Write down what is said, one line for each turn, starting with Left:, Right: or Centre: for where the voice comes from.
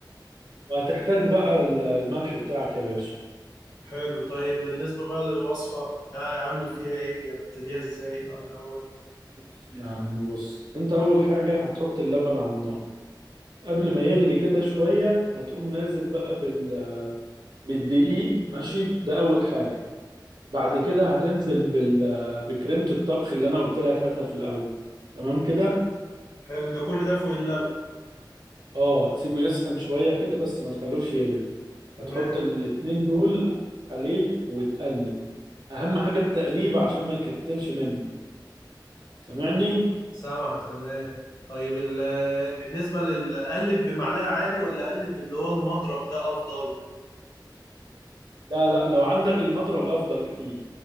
Right: وهتحتاج بقى ال- الملح بتاعك يا باشا
Left: حلو طيب بالنسبة بقى للوصفة آه، اعمل فيها ايه ابتديها ازاي آه، الاول
Right: بص يا عم بص انت اول حاجة هتحط اللبن على النار قبل ما يغلي كده شوية هتقوم نازل بقى بال... بالدقيق ماشي ده اول حاجة بعد
Left: اه
Right: كده هتنزل بال... بكريمة الطبخ اللي انا قلت لك هاتها في الاول تمام كده
Left: حلو ده كل ده فوق اللبن
Right: اه تسيبه يسخن شوية كده بس ما تخلوش يغلي
Left: تمام
Right: هتحط الاتنين دول عليه وتقلب اهم حاجة التقليب عشان ما يكتلش منك سامعني
Left: سامعك تمام طيب ال- بالنسبة للقلب بمعلقة عادي ولا اقلب اللي هو المضرب ده افضل
Right: لا لا لو عندك المضرب افضل اكيد